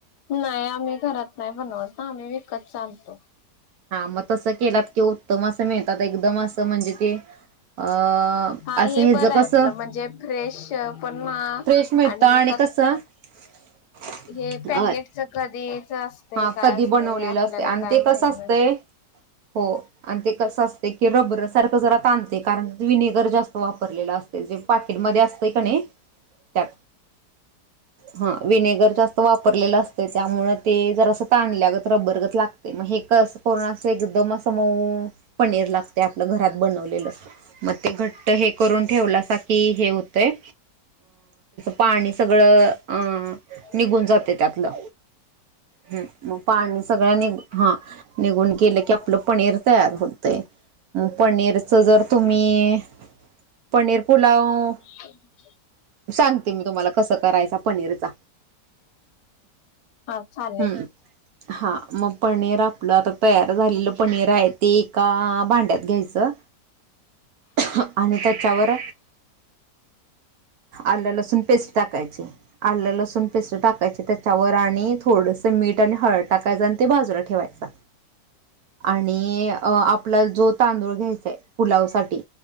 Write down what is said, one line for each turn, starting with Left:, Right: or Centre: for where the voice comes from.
Left: नाही आम्ही घरात नाही बनवत ना आम्ही विकतच आणतो.
Right: हा मग तसं केलात कि उत्तम असं मिळतात, एकदम असं म्हणजे ते अ
Left: हा
Right: असं
Left: हे
Right: हेज
Left: बरं आहे
Right: कसं
Left: आपलं म्हणजे फ्रेश पण आणि
Right: फ्रेश मिळत आणि कसं <inaudible>
Left: हे पॅकेटच
Right: होय
Left: कधीच असतय?
Right: हा
Left: काय
Right: कधी
Left: असतय?
Right: बनवलेलं
Left: आपल्याला
Right: असते आणि
Left: काय
Right: कसं
Left: माहित ना
Right: ते हो आणि ते कसं असतं की, रबर सारखं जरा ताणते कारण विनेगर जास्त वापरलेलं असते जे पाकेट मध्ये असतंय कनय त्यात हा विनेगर जास्त वापरलेलं अस त त्यामुळे ते जरा असं ताणल्यागत रबरगत लागतय मग हे कस करुन असं एकदम असं मऊ पनीर लागतंय, आपलं घरात बनवलेलं मग ते घट्ट हे हे करुन ठेवलासा कि हे होतंय पाणी सगळं अं निघून जातय त्यातलं. हम्म मग पाणी सगळं नि हा निघून गेलं की, आपलं पनीर तयार होत तय पनीरच जर तुम्ही पनीर पुलाव
Left: <inaudible>
Right: सांगते मी. तुम्हाला कसं करायचा पनीरचा?
Left: हा चालेल.
Right: हम्म. हा मग पनीर आप ल आता तयार झालेलं पनीर आहे, ते एका भांड्यात घ्यायचं. <unintelligible> आणि त्याच्यावर आलं लसूण पेस्ट टाकायच आलं लसूण पेस्ट टाकायचं त्याच्यावर आणि थोडस मीठ आणि हळद टाकायचं आणि ते भाजून म ठेवायचा आणि अ आपला जो तांदूळ घ्यायचाय पुलाव साठी